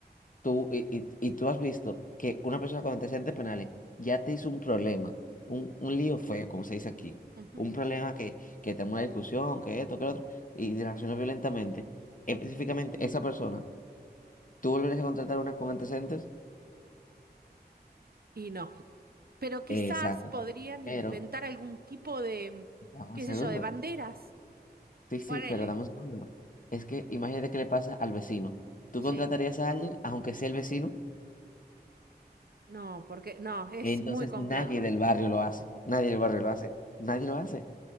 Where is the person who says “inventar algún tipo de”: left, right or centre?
Right